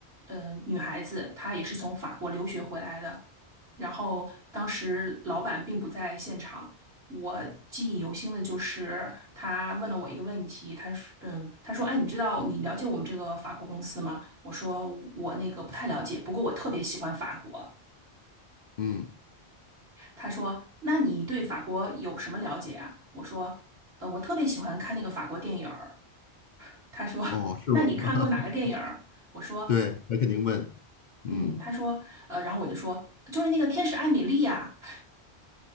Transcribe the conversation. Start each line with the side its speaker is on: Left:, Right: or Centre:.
Right: 呃女孩子，她也是从法国留学回来的。然后当时老板并不在现场，我记忆犹新的就是他问了我一个问题，他说嗯，他说哎，你知道你了解我们这个法国公司吗？我说我那个不太了解，不过我特别喜欢法国。
Left: 嗯，
Right: 他说：“那你对法国有什么了解啊？”我说：“呃，我特别喜欢看那个法国电影儿。”他说：
Left: 哦，是吗？
Right: “那你看过哪个电影儿？”我说：
Left: <laughs> 对，他肯定问，嗯，
Right: “嗯。”他说：“呃，然后我就说，就是那个《天使艾米丽》呀。”